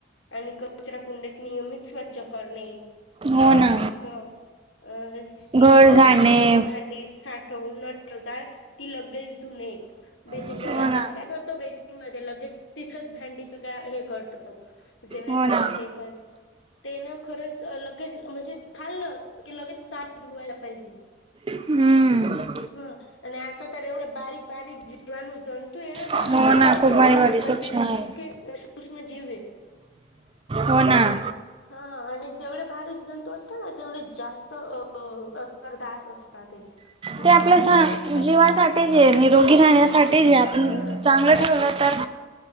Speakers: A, on the left; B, on the right.
A: आणि कचरा कुंडी नियमित स्वच्छ करणे.
B: हो ना.
A: मग. अ
B: घर झाडणे
A: सिंक मध्ये भांडी साठवून न ठेवता ती लगेच धुणे. बेसीन
B: हो
A: मध्ये आपण
B: ना
A: काय करतो, बेसीन मध्ये लगेच तिथंच भांडी सगळ्या हे करतो. जेवण्याच
B: हो ना
A: पण ते पण. तेन खरंच लगेच म्हणजे खाल्लं की लगेच ताट धुवायला पाहिजे.
B: हूं!
A: हं आणि आता तर एवढे बारीक बारीक जीवाणू जंतूये ना ते
B: हो
A: आपल्याला
B: ना खूप
A: दिसत
B: भारी भारी
A: नाही पण,
B: सूक्ष्म
A: ते
B: आहे
A: इतके सूक्ष्म जीवंय.
B: हो ना
A: हा आणि जड बारीक जंतू असतो ना तेवढी जास्त अ असरदार असतात ते. खूप
B: ते आपल्या
A: फटक्यात अटॅक
B: जीवासाठीचंय,
A: करतात
B: निरोगी राहण्यासाठीचंय. जे आपण
A: ह
B: ठेवलं तर?